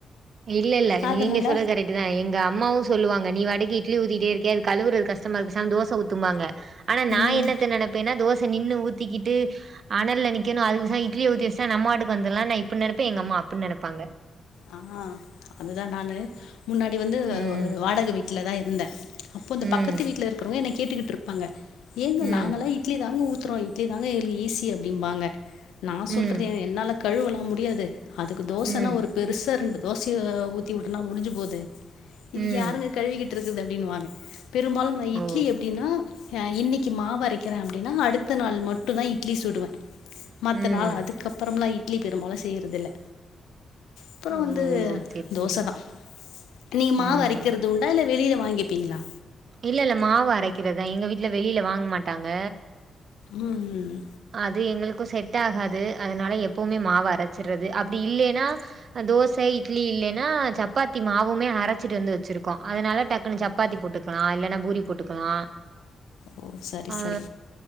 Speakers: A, on the right (about 60°); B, on the left (about 85°).
A: இல்லல்ல
B: அதனால
A: நீங்க சொல்றது கரெட் அதா எங்க அம்மாவு சொல்லுவாங்க நீ பாட்டுக்கு இட்லி ஊத்திட்டே இருக்கியே அது கழுவுறது கஷ்டமா இருக்கு தோச ஊத்தும்பாங்க ஆனா நா
B: ம்
A: என்னத்த நெனைப்பேனா தோச நின்னு ஊத்திக்கிட்டு அனல்ல நிக்கணு அதுக்கு பேசாம இட்லிய ஊத்தி வெச்சிட்டா நம்ம பாட்டுக்கு வந்திடலாம் நா இப்டி நெனப்பே எங்க அம்மா அப்டி நெனப்பாங்க
B: ஆ அதுதா நானு முன்னாடி வந்து
A: ம்
B: ஒரு வாடகை வீட்லதா இருந்தே அப்போ இந்த
A: ம்
B: பக்கத்து வீட்ல இருக்கிறவங்க என்ன கேட்டுக்கிட்டு இருப்பாங்க ஏங்க
A: ம்
B: நாங்களா இட்லி தாங்க ஊத்துறோ இட்லி தாங்க ஈசி அப்டிம்பாங்க நா
A: ம்
B: சொல்றது என்னால கழுவலா முடியாது அதுக்கு தோசனா
A: ம்
B: ஒரு பெருசா ரெண்டு தோசய ஊத்தி வுட்டனா முடிஞ்சு போது
A: ம்
B: இதுக்கு யாருங்க கழுவிகிட்டு இருக்கறது அப்டின்னுவாங்க பெரும்பாலு
A: ஓ
B: இட்லி அப்டின்னா அ இன்னைக்கு மாவரைக்கிற அப்டின்னா அடுத்த நாள் மட்டுதா இட்லி சுடுவே மத்தநாள்
A: ம்
B: அதுக்கப்பறம்லா இட்லி பெரும்பாலு செய்யறது இல்ல அப்றம்
A: ஓ
B: வந்து
A: சேரி
B: தோச
A: சேரி
B: தா நீங்க மாவு
A: ம்
B: அரைக்கிறது உண்டா இல்ல வெளில வாங்கிப்பீங்களா
A: இல்ல இல்ல மாவு அரைக்கிறதா எங்க வீட்ல வெளில வாங்க மாட்டாங்க
B: ம் ம்
A: அது எங்களுக்கு செட் ஆகாது அதனால எப்போமே மாவு அரச்சறது அப்டி இல்லேனா தோச இட்லி இல்லேன்னா சப்பாத்தி மாவுமே அரச்சிட்டு வந்து வச்சிருக்கோ அதனால டக்குன்னு சப் பாத்தி போட்டுக்கலா இல்லேன்னா பூரி போட்டுக்கலா
B: ஓ சரி
A: அ
B: சரி